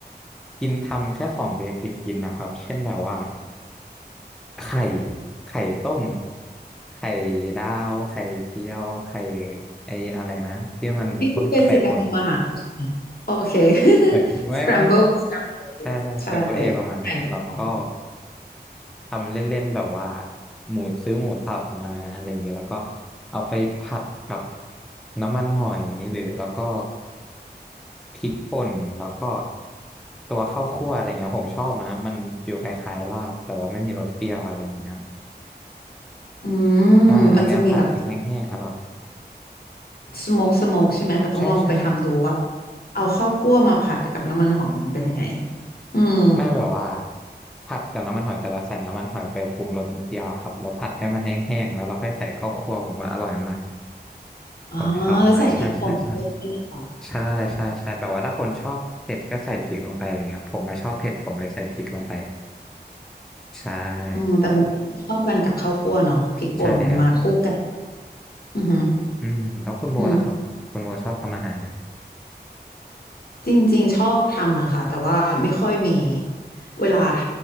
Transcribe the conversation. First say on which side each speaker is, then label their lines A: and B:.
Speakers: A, in the centre; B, on the left.
A: กินทำแค่ของเบสิกกินนะครับเช่นแบบว่าไข่ไข่ต้มไข่ดาวไข่เจียวไข่ไอ้อะไรนะที่มันข้นไข่คน
B: นี่คือเบสิกการทำอาหารแล้วใช่ไหมโอเค <laughs>
A: เออไม่ครับ
B: สครัมโบิลสครัมเบ
A: ใช่ใช่เซมเบอร์เอประมาณนั้นแล้วก็
B: ใช่แข่งกับของ
A: ทำเล่นๆแบบว่าหมูซื้อหมูสับมาอะไรอย่างเงี้ยแล้วก็เอาไปผัดกับน้ำมันหอยหรือแล้วก็พริกป่นแล้วก็ตัวข้าวคั่วอะไรเงี้ยผมชอบนะมันฟีลคล้ายๆลาบแต่ว่าไม่มีรสเปรี้ยวอะไรอย่างเงี้ย
B: อื
A: ใช่อันเนี้ยผัดกินแห้งๆอร่อย
B: มมันจะมีแบบสโมกสโมกใช่ไหมแต่ต้องลองไปทำดูว่า
A: ใช่ใช่ใช่
B: เอาข้าวคั่วมาผัดกับน้ำมันหอยมันเป็นยังไงอืม
A: แม่แบบว่าผัดกับน้ำมันหอยแต่เราใส่น้ำมันหอยไปปรุงรสนิดเดียวครับแล้วผัดให้มันแห้งๆแล้วเราค่อยใส่ข้าวคั่วผมว่าอร่อยมาก
B: อ๋อแล้วใส่พริกป่นด้วยใช่ไหมคะ
A: ผมชอบมากใช่ใช่ใช่ใช่ใช่ใช่แบบว่าถ้าคนชอบเผ็ดก็ใส่พริกลงไปอะไรเงี้ยผมมาชอบเผ็ดผมเลยใส่พริกลงไปใช่
B: อืมแต่มันเข้ากันกับข้าวคั่วเนาะพริกป่นมันมาคู่กัน
A: ใช่แล้ว
B: อือหือ
A: อืมแล้วคุณโบล่ะครับคุณโบชอบทำอาหารไหม
B: อืม จริงๆชอบทำนะคะแต่ว่าไม่ค่อยมีเวลาท